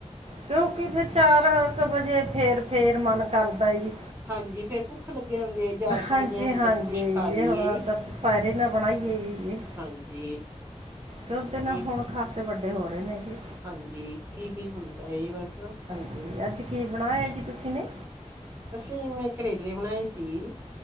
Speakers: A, on the right (about 55°); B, on the right (about 20°).
A: ਕਿਉਂਕਿ, ਫੇਰ ਚਾਰ ਕੁ ਵਜੇ ਫੇਰ- ਫੇ‍ਰ ਮਨ ਕਰਦਾ ਜੀ।
B: ਹਾਂਜੀ, ਫੇਰ ਭੁੱਖ ਲੱਗੇ ਜਾਂਦੀ ਐ। ਚਾਰ ਕੁ
A: ਹਾਂਜੀ
B: ਵਜਹਾ ਐਂ ਹੁੰਦਾ,
A: ਹਾਂਜੀ
B: ਵੀ ਕੁਛ ਖਾ
A: ਜੀ
B: ਲਈਏ,
A: ਹੁਣ ਤਾਂ ਪੈਰੇ ਨਾ ਬਣਾਈਏ ਜੀ ਜੀ
B: ਹਾਂਜੀ।
A: ਕਿਉਂ ਤੇ ਨੇ
B: ਇਹ
A: ਹੁਣ ਖਾਸੇ ਵੱਡੇ ਹੋ ਰਏ ਨੇ। ਜੀ
B: ਹਾਂਜੀ, ਏਹ ਹੁੰਦਾ ਐ ਬਸ।
A: ਤੇ ਅੱਜ ਕੀ ਬਣਾਏਆ ਜੀ,? ਤੁਸੀਂ ਨੇ
B: ਅਸੀਂ, ਮੈ ਕਰੇਲੇ ਬਣਾਏ ਸੀਗੇ।